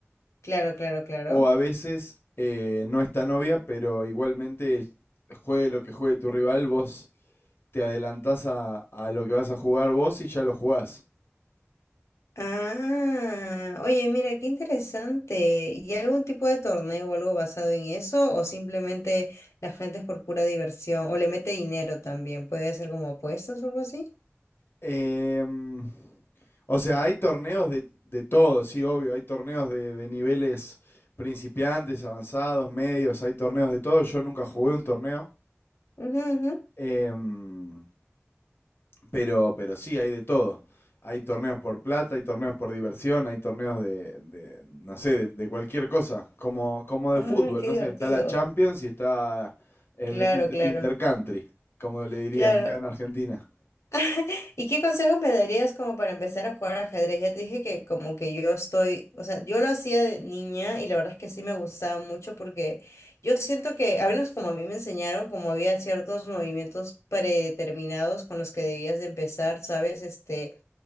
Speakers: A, on the left; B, on the left.
A: claro, claro, claro.
B: O a veces eh, no está novia pero igualmente juegue lo que juegue tu rival, vos te adelantás a, a lo que vas a jugar vos y ya lo jugás.
A: Ah, oye, mira, qué interesante. ¿Y algún tipo de torneo o algo basado en eso? ¿O simplemente la gente es por pura diversión? ¿O le mete dinero también? ¿Puede ser como apuestas o algo así?
B: Em, o sea, hay torneos de, de todo, sí, obvio, hay torneos de, de niveles principiantes, avanzados, medios, hay torneos de todo. Yo nunca jugué un torneo.
A: Ujú, ujú.
B: Em, Pero, pero sí, hay de todo. Hay torneos por plata, hay torneos por diversión, hay torneos de, de, no sé, de, de cualquier cosa, como, como de
A: Ay,
B: fútbol,
A: qué
B: no
A: divertido.
B: sé, está la Champions y está el
A: Claro,
B: inter-
A: claro,
B: Intercountry, como le dirían
A: claro.
B: acá en Argentina.
A: <laughs> ¿Y qué consejos me darías como para empezar a jugar ajedrez? Ya te dije que como que yo estoy, o sea, yo lo hacía de niña y la verdad es que sí me gustaba mucho porque yo siento que, al menos como a mí me enseñaron, como había ciertos movimientos predeterminados con los que debías de empezar, ¿sabes? Este,